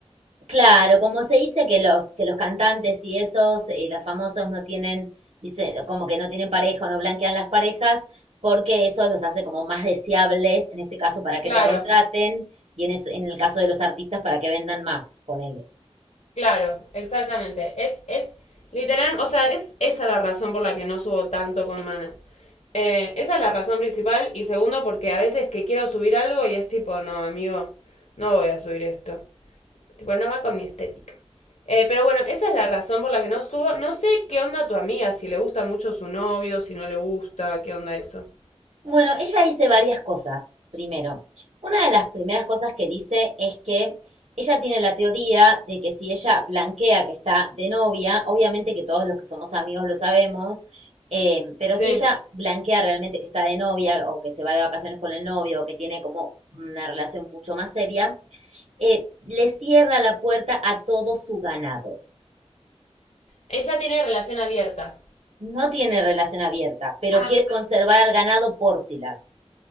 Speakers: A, on the right (about 70°); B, on the left (about 75°).
A: Claro, como se dice que los, que los cantantes y esos, eh, los famosos no tienen, dice, como que no tienen pareja o no blanquean las parejas, porque eso los hace como más deseables, en este caso para
B: Claro.
A: que te contraten, y en, es- en el caso de los artistas para que vendan más, ponele.
B: Claro, exactamente. Es, es literal, o sea, es esa la razón por la que no subo tanto con Mana. Eh, esa es la razón principal y segundo porque a veces que quiero subir algo y es tipo, no, amigo, no voy a subir esto. Tipo, no va con mi estética. Eh, pero bueno, esa es la razón por la que no subo. No sé qué onda tu amiga, si le gusta mucho su novio, si no le gusta, qué onda eso.
A: Bueno, ella dice varias cosas. Primero, una de las primeras cosas que dice es que ella tiene la teoría de que si ella blanquea que está de novia, obviamente que todos los que somos amigos lo sabemos, eh, pero
B: Sí.
A: si ella blanquea realmente que está de novia o que se va de vacaciones con el novio o que tiene como una relación mucho más seria, eh, le cierra la puerta a todo su ganado.
B: Ella tiene relación abierta.
A: No tiene relación abierta, pero
B: Ah.
A: quiere conservar al ganado por si las.